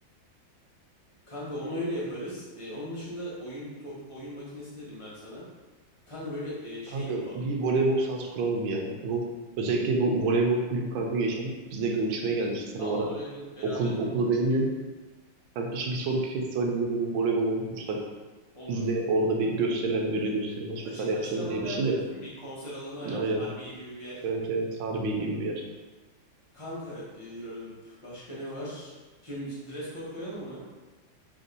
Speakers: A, on the left; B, on the right.
A: Kanka onu öyle yaparız. Ee, onun dışında oyun top oyun makinesi dedim ben sana. Kanka böyle e, şey
B: Kanka
A: yapalım.
B: bir voleybol sahası kuralım ya. Bu özellikle bu voleybol kulübü kanka geçen Bizde görüşmeye gelmişti. Sen
A: Aa
B: o
A: olur
B: ara
A: evet beraber
B: okul,
A: etkinlik
B: okulu değil
A: gibi
B: de Kanka işte bir sonraki festivalde böyle bir voleybol olursak
A: olur.
B: biz de orada bir gösteriler böyle gösteri maç
A: Açık
B: vesaire yapacağız
A: açık alanda
B: diye bir şey
A: yapacağız
B: de.
A: değil mi? Bir konser alanı ya
B: Aynen.
A: Harbiye gibi bir yer.
B: Evet evet harbi gibi bir yer.
A: Kanka e, başka ne var? Şimdi dress code koyalım mı?